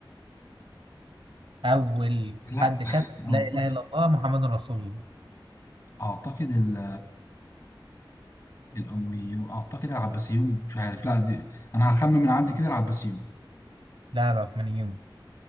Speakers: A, on the right; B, on the left.
A: اول
B: لا
A: حد كتب
B: اعتقد
A: لا اله الا الله محمد رسول الله
B: أعتقد ال- الاميون اعتقد العباسيون مش عارف لا دي انا هخمن من عندي كده العباسيون
A: لا العثمانيون